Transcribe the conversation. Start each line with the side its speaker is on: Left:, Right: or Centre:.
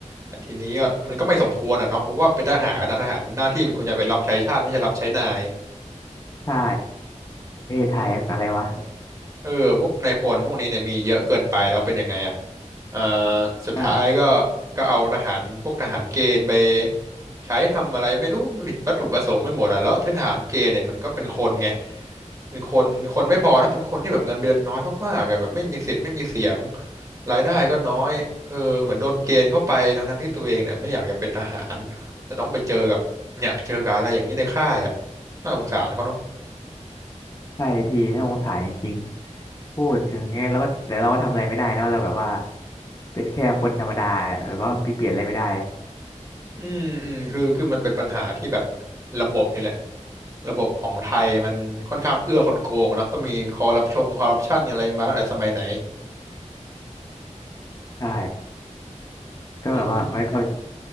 Right: แต่ทีนี้ก็มันก็ไม่สมควรอ่ะเนาะเพราะว่าเป็นทหารนะทหารหน้าที่มันควรจะเป็นรับใช้ชาติไม่ใช่รับใช้นาย
Left: ใช่ประเทศไทยอะไรวะ
Right: อืม เออพวกนายพลพวกนี้เนี่ยมีเยอะเกินไปแล้วเป็นยังไงอ่ะอ่าสุดท้ายก็
Left: ใช่
Right: ก็เอาทหารพวกทหารเกณฑ์ไปใช้ทำอะไรไม่รู้ผิดวัตถุประสงค์ไปหมดอ่ะแล้วทหารเกณฑ์เนี่ยมันก็เป็นคนไงเป็นคนคนไม่พอนะเป็นคนที่แบบเงินเดือนน้อยมากๆอะแบบไม่มีสิทธิ์ไม่มีเสียงรายได้ก็น้อยเออเหมือนโดนเกณฑ์เข้าไปทั้งๆที่ตัวเองเนี่ยไม่อยากจะเป็นทหารแต่ต้องไปเจอกับเนี่ยเจอกับอะไรอย่างนี้ในค่ายอ่ะน่าสงสารเขาเนอะ
Left: ใช่พี่น่าสงสารจริงๆพูดถึงเงี้ยแล้วก็แต่เราก็ทำอะไรไม่ได้เนอะเราแบบว่าเป็นแค่คนธรรมดาแบบว่าเปลี่ยนอะไรไม่ได้
Right: อืมอืมคือคือมันเป็นปัญหาที่แบบระบบนี่แหละระบบของไทยมันค่อนข้างเอื้อคนโกงอะเนาะก็มีคอร์รัปชงคอร์รัปชันอะไรมาตั้งแต่สมัยไหน
Left: ใช่ก็แบบว่ามันก็
Right: อืม